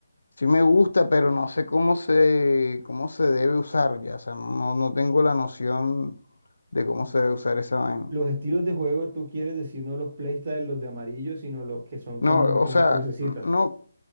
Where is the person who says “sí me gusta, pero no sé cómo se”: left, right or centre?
Left